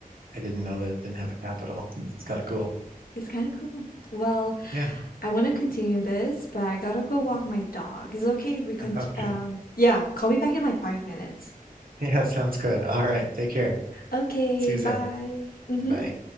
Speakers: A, on the right (about 75°); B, on the left (about 75°).
A: I didn't know that it didn't have a capital. It's kind of cool.
B: It's kind of cool. Well,
A: Yeah.
B: I want to continue this, but I gotta go
A: <laughs>
B: walk my dog. Is it okay if we con-
A: Okay.
B: um yeah, call me back in like 5 minutes.
A: Yeah, sounds good. All right. Take care.
B: Okay,
A: See you
B: bye.
A: soon.
B: Mhm.
A: Bye.